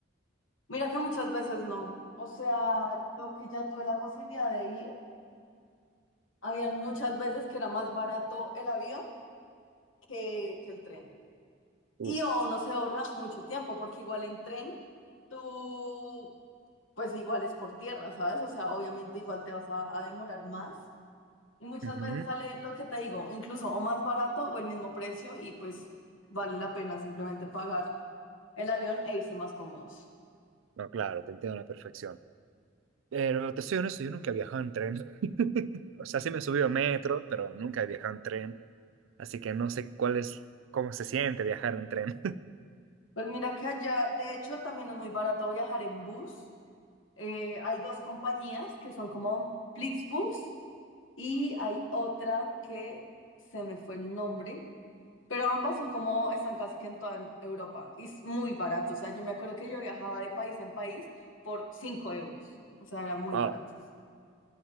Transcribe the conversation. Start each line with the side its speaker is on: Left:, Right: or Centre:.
Left: Mira que muchas veces no. O sea, lo que ya tuve la posibilidad de ir, habían muchas veces que era más barato el avión que, que el tren.
Right: Uf.
Left: Y o uno se ahorra mucho tiempo, porque igual en tren, tú pues igual es por tierra, ¿sabes? O sea, obviamente igual te vas a, a demorar más. Y muchas
Right: Ujú.
Left: veces sale lo que te digo, incluso o más barato o el mismo precio y pues vale la pena simplemente pagar el avión e irse más cómodos.
Right: No, claro, te entiendo a la perfección. Pero te soy honesto, yo nunca he viajado en tren. <laughs> O sea, sí me he subido a metro, pero nunca he viajado en tren. Así que no sé cuál es, cómo se siente viajar en tren.
Left: Pues mira que allá, de hecho, también es muy barato viajar en bus. Eh, hay dos compañías que son como Flixbus y hay otra que se me fue el nombre, Pero ambas son como, están casi que en toda Europa y es muy barato. O sea, yo me acuerdo que yo viajaba de país en país por 5 euros. O sea, era muy
Right: <laughs>
Left: barato.